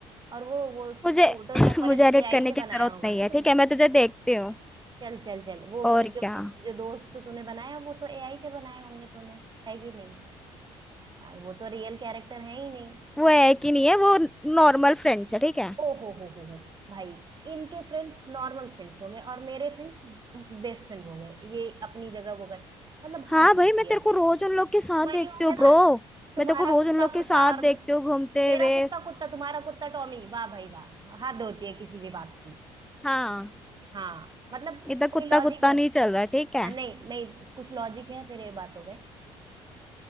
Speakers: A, on the right; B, in the centre.
A: और वो वो फोटोशॉप
B: मुझे <clears throat>
A: वाले
B: मुझे
A: तो
B: एडिट
A: एआई
B: करने
A: से
B: की जरूरत
A: बनाया होगा
B: नहीं
A: ना
B: है
A: तूने
B: ठीक है मैं तुझे देखती हूँ
A: चल चल चल वो
B: और
A: वो जो
B: क्या
A: जो दोस्त तूने बनाया वो तो एआई से बनाए होंगे तूने है कि नहीं आ, वो तो रियल कैरेक्टर है ही नहीं
B: वो है कि नहीं है वो नॉर्मल फ्रेंड्स है ठीक है
A: ओ हो हो हो हो भाई इनके फ्रेंड्स नॉर्मल फ्रेंड्स हो गए और मेरे फ्रेंड्स बेस्ट फ्रेंड हो गए ये अपनी जगह वो कर मतलब
B: हाँ
A: हद होती
B: भाई मैं तेरे
A: है
B: को रोज उन लोग के साथ
A: वही
B: देखती
A: हो गया
B: हूँ ब्रो
A: ना तुम्हारा
B: मैं तेरे को रोज
A: कुत्ता
B: उन लोग
A: कुत्ता
B: के साथ
A: और
B: देखती
A: मे-
B: हूँ घूमते
A: मेरा
B: हुए
A: कुत्ता कुत्ता तुम्हारा कुत्ता टॉमी वाह भाई वाह हद होती है किसी भी बात की
B: हाँ
A: हाँ मतलब
B: इधर
A: कोई
B: कुत्ता
A: लॉजिक
B: कुत्ता
A: हो रहा
B: नहीं
A: है
B: चल रहा है, ठीक है
A: हाँ, नहीं नहीं कुछ लॉजिक है तेरे बातों में